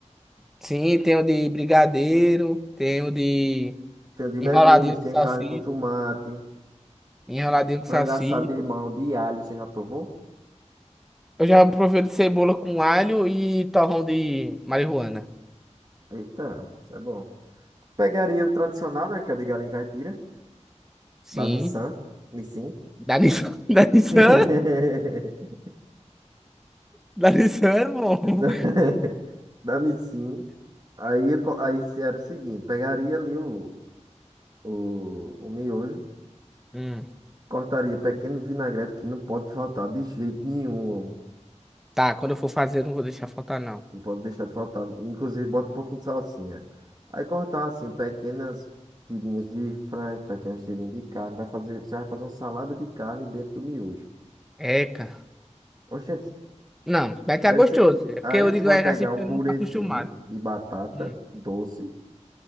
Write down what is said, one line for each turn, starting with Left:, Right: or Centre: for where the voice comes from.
Centre: Sim, tem o de brigadeiro, tem o de
Right: Tem o de legumes,
Centre: enroladinho de
Right: tem
Centre: salsicha,
Right: carne com tomate,
Centre: enroladinho
Right: frango
Centre: com salsicha.
Right: assado de limão, de alho, você já provou?
Centre: Eu já provei o de cebola com alho e torrão de marihuana.
Right: Eita, isso é bom. Pegaria o tradicional, né? Que é o de galinha caipira.
Centre: Sim.
Right: Da Nissan. Nissin.
Centre: Da Nissan. <laughs> Da Nissan?
Right: <laughs>
Centre: Da Nissan é bom.
Right: Da da Nissin. Aí, eu co- aí se era o seguinte: pegaria ali o, o, o miojo,
Centre: Hum,
Right: cortaria pequeno vinagrete que não pode faltar de jeito nenhum.
Centre: tá, quando eu for fazer, eu não vou deixar faltar, não.
Right: Não pode deixar de faltar. Inclusive, bota um pouquinho de salsinha. Aí cortar assim, pequenas tirinhas de frango, pequenas tirinhas de carne. Vai fazer, você vai fazer uma salada de carne dentro do miojo.
Centre: Eca.
Right: Oxente,
Centre: Não, vai ficar
Right: aí
Centre: gostoso.
Right: você,
Centre: É
Right: aí
Centre: porque eu
Right: você
Centre: digo
Right: vai
Centre: eca
Right: pegar
Centre: assim porque
Right: um purezinho
Centre: eu não tô acostumado.
Right: de batata
Centre: Hum.
Right: doce.